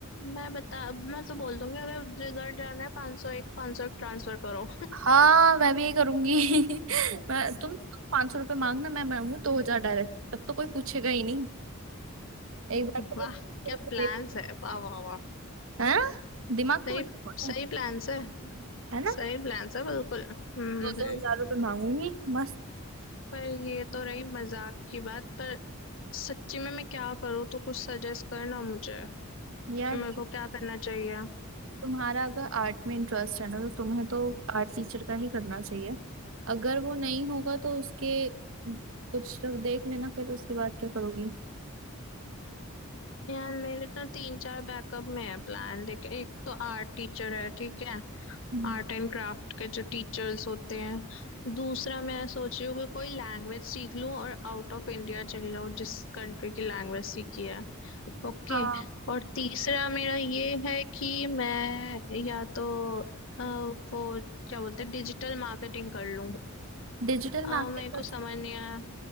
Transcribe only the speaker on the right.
हाँ मैं भी यही करूंगी <laughs> मैं तुम पांच सौ रुपये मांगना मैं मांगू दो हजार डायरेक्ट तब तो कोई पूछेगा ही नहीं एक
बार पकड़
के
देख-
है ना दिमाग तो
मेरा बहुत
है
है ना
दो दो
हजार रुपये मांगूंगी मस्त
यार
तुम्हारा अगर आर्ट में इंटरेस्ट है ना तो तुम्हें तो आर्ट टीचर का ही करना चाहिए अगर वो नहीं होगा तो उसके कुछ तो देख लेना फिर उसके बाद क्या करोगी
हम्म।
हाँ
डिजिटल
मार्केटिंग
कर